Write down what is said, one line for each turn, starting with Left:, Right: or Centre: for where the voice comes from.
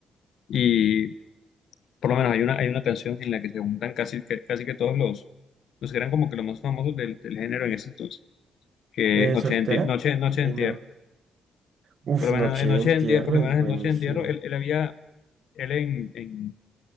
Left: Y por lo menos hay una, hay una canción en la que se juntan casi que, casi que todos los, los que eran como que los más famosos del, del género en ese entonces, que
Right: Eh,
Left: es Noche
Right: ¿soltera?
Left: de Entierro. Noche, Noche
Right: Eh,
Left: de Entierro.
Right: no. Uf,
Left: Por lo
Right: Noche
Left: menos en
Right: de
Left: Noche
Right: Entierro
Left: de Entierro, por lo
Right: es
Left: menos
Right: buenísima.
Left: en Noche de Entierro, él, él había, él en, en,